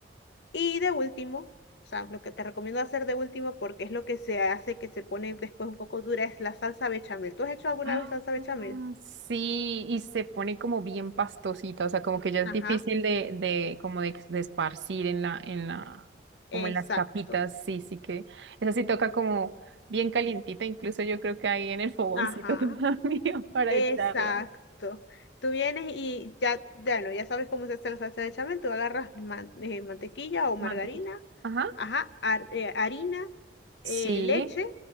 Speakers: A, on the left; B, on the right.
A: Y de último, o sea, lo que te recomiendo hacer de último, porque es lo que se hace que se pone después un poco dura, es la salsa bechamel. ¿Tú has hecho alguna
B: Ah,
A: vez salsa bechamel?
B: sí, y se pone como bien pastosita, o sea, como que ya es
A: Ajá,
B: difícil de, de como de, de esparcir en la, en la,
A: exacto.
B: como en las capitas, sí, sí que, esa sí toca como bien calientita, incluso yo creo que ahí en el fogoncito
A: Ajá,
B: <laughs> todavía para
A: exacto.
B: echarla.
A: Tú vienes y ya, ya no, ya sabes cómo se hace la salsa de bechamel. Tú agarras man- eh, mantequilla o margarina,
B: Mantequilla. Ajá,
A: ajá, har- eh, harina,
B: sí,
A: eh, leche